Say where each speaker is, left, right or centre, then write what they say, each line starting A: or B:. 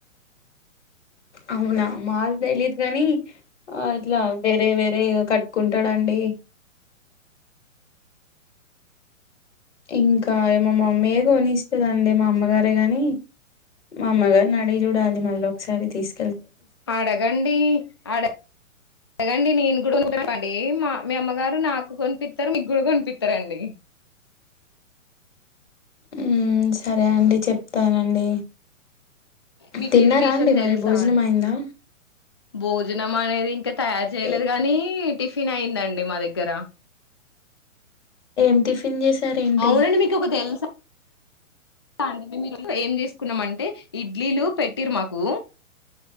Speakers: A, on the left; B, on the left.
A: అవునా మాక్ తెలీదు గని ఆ ఇట్లా వేరే వేరే ఇగ కట్టుకుంటాడండి. ఇంకా ఇమా మమ్మీయే కొనిస్తుదండి మా అమ్మగారే గాని మా అమ్మగారిని అడిగి చూడాలి మళ్ళీ ఒకసారి తీసు
B: అడగండి అడ అడగన్ అండి నేను కూడా కొనుకుంటానండి మా మీ అమ్మగారు నాకు కొనిపిత్తరు మీకు కూడా కొనిపిత్తరండి.
A: ఉమ్ సరే అండి చెప్తానండి.
B: మీకు
A: తిన్నారా
B: ఇది విషయం
A: అండి
B: తెలుసా
A: మరి భోజనం
B: అని
A: అయిందా
B: భోజనం అనేది ఇంకా తయారు చేయలేదు
A: ఏంటా
B: కానీ టిఫిన్ అయి్యందండి మా దగ్గర
A: ఏం టిఫిన్ చేశారేంటి
B: అవునండి మీకు ఒక తెలుసా అడి మే ఏం చేసుకున్నామ అంటే ఇడ్లీలు పెట్టిరు మాకు